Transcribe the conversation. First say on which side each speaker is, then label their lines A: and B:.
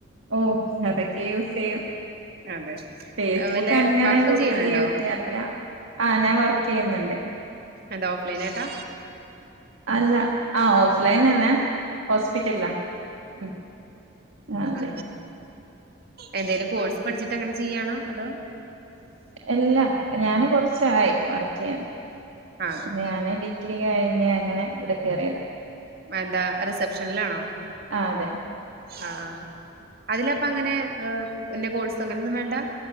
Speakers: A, on the right; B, on the right.
A: ഓഹ് അതൊക്കെ യൂസെയ്യും
B: അതെ
A: ഫേസ്ബുക്ക്
B: വല്ല
A: അങ്ങനെ
B: വർക്കും
A: കൂടുതല്
B: ചെയ്യണുണ്ടോ
A: യൂസെയ്യാറില്ല ആഹ് ഞാൻ വർക്കെയ്യ്ന്ന്ണ്ട്
B: എന്താ ഓഫ് ലൈൻ ആയിട്ട
A: അല്ല ആ ഓഫ്ലൈനന്നെ ഹോസ്പിറ്റൽലാ ഉം അതെ
B: ആ എന്തേലും കോഴ്സ് പഠിച്ചിട്ട് അങ്ങനെ ചെയ്യാണോ അതോ
A: എല്ലാം ഞാന് കൊർച്ചായി വർക്കെയ്യ
B: ആഹ് അതെ
A: ഞാന് ഡി ഗ്രി കഴിഞ്ഞ അങ്ങനെ ഇവടെ കേറിയതാ
B: എന്താ റിസപ്ഷനിലാണോ
A: ആഹ് അതെ
B: ആഹ് ആഹ് അതിലപ്പ അങ്ങനെ പിന്നെ കോഴ്സ് അങ്ങനെന്നും വേണ്ട